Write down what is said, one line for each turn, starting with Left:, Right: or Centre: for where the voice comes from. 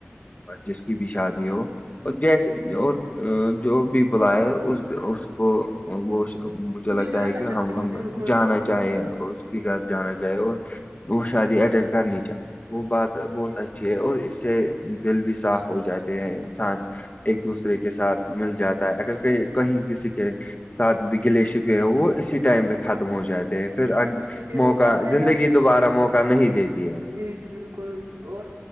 Left: جس کی بھی شادی ہو اور جیسے اور جو بھی بلاائے اس کو وہ مجھے
Right: ہمیں
Left: لگتا
Right: جانا
Left: ہے کہ
Right: چاہیے
Left: ہم ہم کو
Right: بالکل
Left: جانا
Right: بالکل
Left: چاہیے گھر جانا چاہے اور وہ شادی اٹینڈ کرنی چاہے وہ بات بہت اچھی ہے اور اس سے دل بھی صاف ہو جاتے ہیں انسان ایک دوسرے کے ساتھ مل جاتا ہے اگر کہ کہیں کسی کے ساتھ بھی گلے شکوے ہو وہ اسی ٹائم پہ ختم ہو جاتے پھر
Right: ہاں تو اسی پہ
Left: موقع
Right: وہ بات ہے
Left: زندگی دوبارہ موقع نہیں دیتی ہے
Right: دید بالکل اور